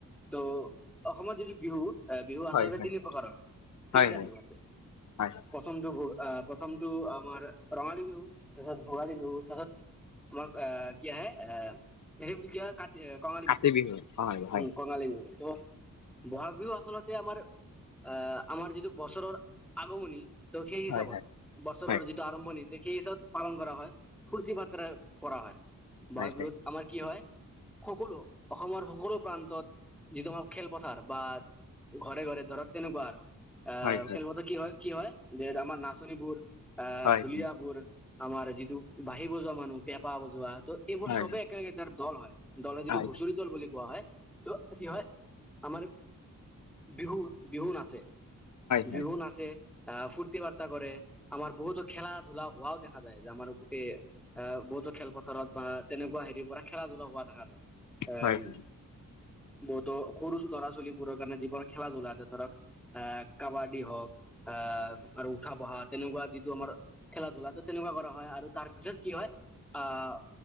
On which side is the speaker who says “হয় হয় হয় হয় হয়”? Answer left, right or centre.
Left